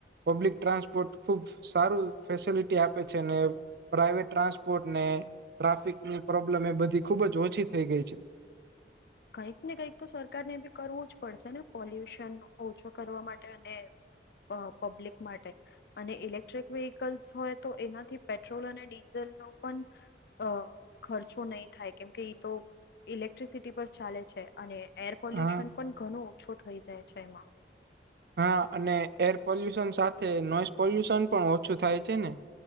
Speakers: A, on the right; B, on the left.
A: પબ્લિક ટ્રાન્સપોર્ટ ખુબ સારું ફેસિલિટી આપે છે અને પ્રાાઈવેટ ટ્રાન્સપોર્ટ ને ટ્રાફિકની પ્રોબ્લેમ એ બધી ખુબ જ ઓછી થઈ ગઈ છે.
B: કઈક ને કઈક તો સરકાર ને બી કરવું જ પડશે ને પોલ્યુશન ઓછો કરવા માટે અને અ પબ્લિક માટે. અને ઇલેક્ટ્રિક વ્હિકલ્સ હોય તો એનાથી પેટ્રોલ અને ડીઝલ ન પણ અ ખર્ચો નહીં થાય કેમકે તો ઇલેક્ટ્રિસિટી પર ચાલે છે અને એર પોલ્યુશન
A: હા
B: પણ ઘણું ઓછું થઈ જાય છે એમાં.
A: હા. અને એર પોલ્યુશન સાથે નોઈઝ પોલ્યુશન પણ ઓછું થાય છે ને!